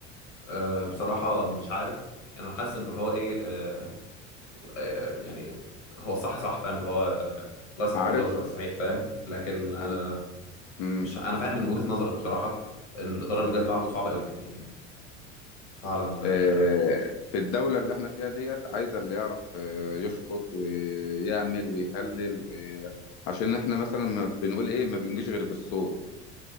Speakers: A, on the left; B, on the left.
A: آه، بصراحه مش عارف يعني انا حاسس انه اللي هو ايه آه، آه، يعني هو صح صح فاهم اللي هو آه، لا صح
B: عارف
A: يقول له صحيح فاهم لكن آه،
B: انا امم
A: مش انا فاهم من وجهة نظرك بصراحة ان الإدارة اللي جت بعده صعبة قوي يعني فعلا
B: آه،
A: آه،
B: في الدوله اللي احنا فيها ديت عايزه اللي يعرف آه، يشخط ويعمل ويهلل و... عشان احنا مثلا ما بنقول ايه ما بنجيش غير بالصوت